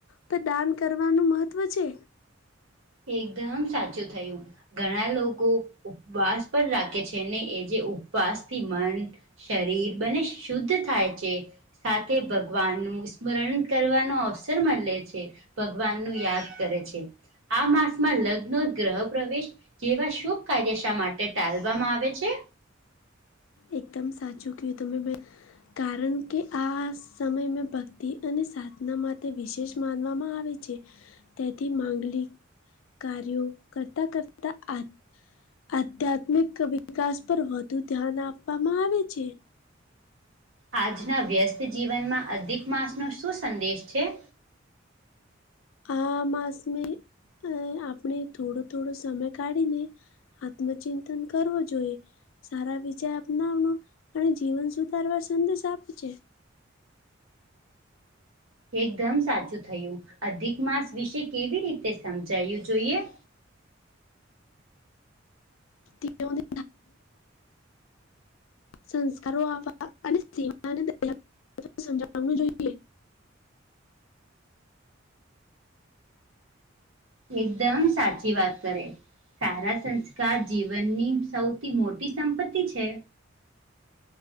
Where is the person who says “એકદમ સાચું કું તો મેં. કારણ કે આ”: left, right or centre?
Left